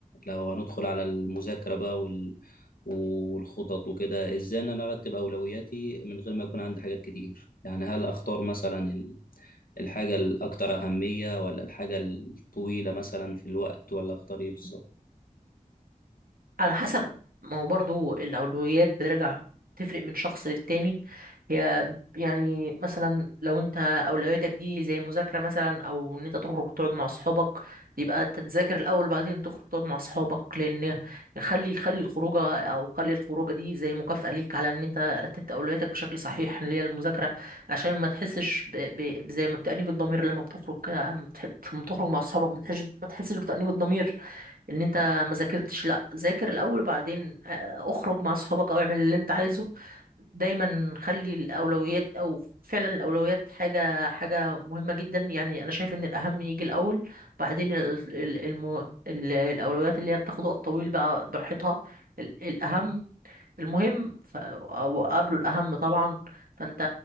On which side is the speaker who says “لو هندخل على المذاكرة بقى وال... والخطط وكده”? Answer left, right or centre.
Left